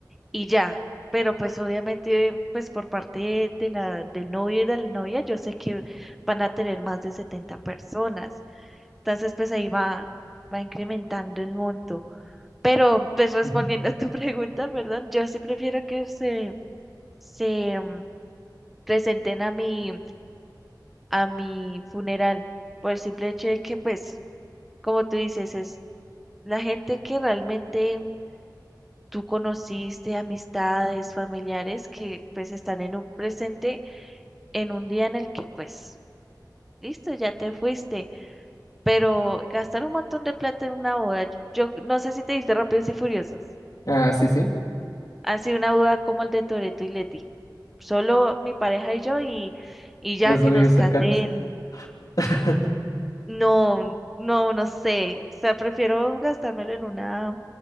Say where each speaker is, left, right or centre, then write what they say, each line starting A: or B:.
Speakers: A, in the centre; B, on the left.
A: y ya. Pero pues obviamente, pues por parte de, de la, del novio y de la novia, yo sé que van a tener más de 70 personas. Entonces, pues ahí va, va incrementando el monto. Pero pues respondiendo
B: Ujú.
A: a tu <laughs> pregunta, perdón, yo sí prefiero que se, se mm, presenten a mi, a mi funeral, por el simple hecho de que, pues, como tú dices, es la gente que realmente tú conociste, amistades, familiares que pues están en un presente en un día en el que pues, listo, ya te fuiste, pero gastar un montón de plata en una boda, yo yo no sé si te diste Rápidos y Furiosos,
B: Ah, sí, sí.
A: así una boda como el de Toretto y Leti, solo mi pareja y yo y, y ya
B: Los
A: que
B: amigos
A: nos
B: cercanos.
A: case él,
B: <laughs>
A: no, no, no sé, o sea, prefiero gastármelo en una